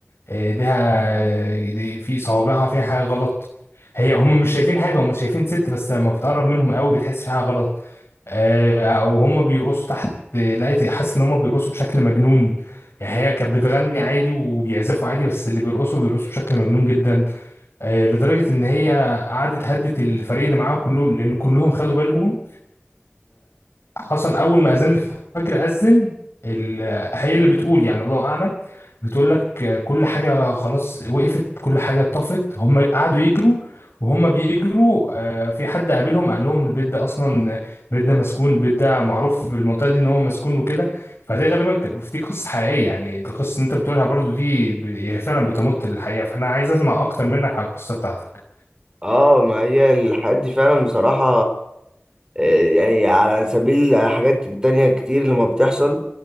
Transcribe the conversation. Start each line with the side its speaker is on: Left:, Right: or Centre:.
Left: ايديها دي في صوابعها فيها حاجه غلط هي هم مش شايفين حاجه هم شايفين ست بس لما بتقرب منهم قوي بتحس في حاجه غلط آه، او هم بيرقصوا تحت آه، لقيت حاسس ان هم بيرقصوا بشكل مجنون يعني هي كانت بتغني عادي وبيعزفوا عادي بس اللي بيرقصوا بيرقصوا بشكل مجنون جدا آه، لدرجه ان هي قعدت هدت الفريق اللي معاها كله لان كلهم خدوا بالهم حصل اول ما اذان الفجر اذن ال- هي اللي بتقول يعني الله اعلم بتقول لك آه، كل حاجه خلاص وقفت كل حاجه طفت هم قعدوا يجروا وهم بيجروا آه، في حد قابلهم قال لهم البيت ده اصلا بيت ده مسكون البيت ده معروف في المنطقه دي ان هو مسكون وكده فده غالبا ك- دي قصه حقيقيه يعني القصه اللي انت بتقولها برضو دي ب- هي فعلا بتمط للحقيقه فانا عايز اسمع اكتر منك على القصه بتاعتك
Right: اه ما هي الحاجات دي فعلا بصراحة آه، يعني على سبيل على حاجات تانية كتير لما بتحصل